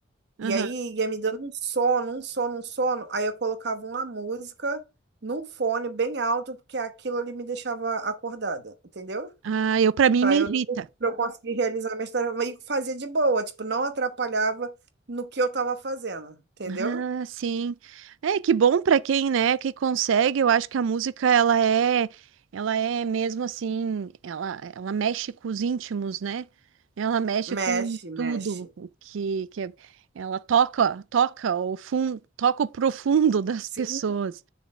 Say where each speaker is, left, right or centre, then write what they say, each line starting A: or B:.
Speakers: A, on the right (about 55°); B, on the right (about 75°).
A: E
B: aham.
A: aí ia me dando um sono, um sono, um sono. Aí eu colocava uma música num fone bem alto, porque aquilo ali me deixava acordada, entendeu?
B: Ah, eu para mim
A: Pra
B: me
A: eu,
B: irrita.
A: não- pra eu conseguir realizar minha história. E fazia de boa, tipo, não atrapalhava no que eu tava fazendo, entendeu?
B: Ah, sim. É, que bom para quem, né, que consegue. Eu acho que a música ela é ela é mesmo assim, ela ela mexe com os íntimos, né? Ela mexe
A: Mexe,
B: com tudo
A: mexe.
B: o que que é- ela toca, toca o fundo, toca o profundo <laughs> das
A: Sim,
B: pessoas.